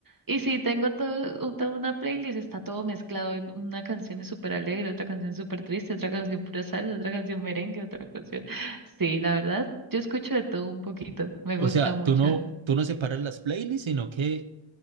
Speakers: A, on the right; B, on the right.
A: Y sí, tengo todo, toda una playlist, está todo mezclado en una canción es súper alegre, otra canción es súper triste, otra canción pura salsa, otra canción merengue, otra canción. Sí, la verdad, yo escucho de todo un poquito, me
B: O
A: gusta
B: sea,
A: mucho.
B: tú no, tú no separas las playlists, sino que